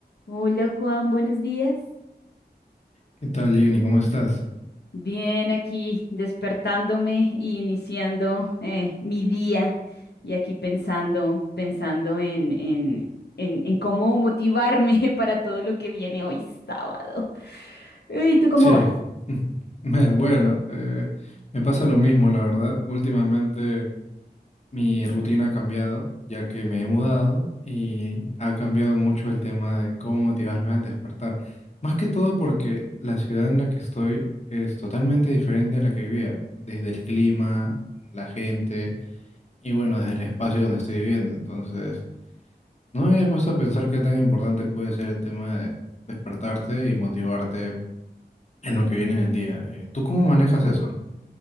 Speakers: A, on the left; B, on the left.
A: Hola Juan, buenos días.
B: ¿Qué tal, Jenny? ¿Cómo estás?
A: Bien, aquí despertándome y iniciando eh, mi día y aquí pensando, pensando en, en, en, en cómo motivarme <laughs> para todo lo que viene hoy sábado. ¿Y tú cómo
B: Sí.
A: vas?
B: <laughs> Me- Bueno, eh, me pasa lo mismo, la verdad. Últimamente mi rutina ha cambiado, ya que me he mudado y ha cambiado mucho el tema de cómo motivarme al despertar. Más que todo porque la ciudad en la que estoy es totalmente diferente a la que vivía, desde el clima, la gente y bueno, desde el espacio donde estoy viviendo. Entonces, no me había puesto a pensar qué tan importante puede ser el tema de despertarte y motivarte En lo que viene en el día. Eh, ¿tú cómo manejas eso?